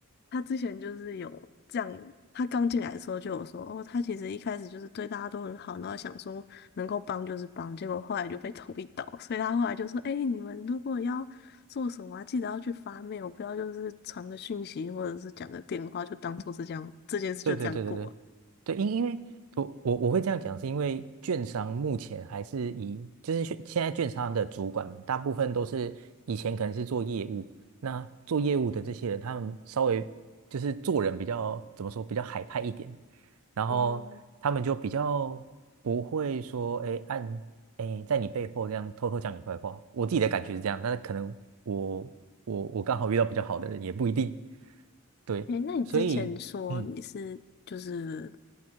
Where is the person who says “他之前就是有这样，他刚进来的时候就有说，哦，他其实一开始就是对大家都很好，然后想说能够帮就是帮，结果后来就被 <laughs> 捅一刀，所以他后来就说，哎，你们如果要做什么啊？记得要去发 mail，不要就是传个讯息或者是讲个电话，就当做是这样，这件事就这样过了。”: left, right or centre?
Left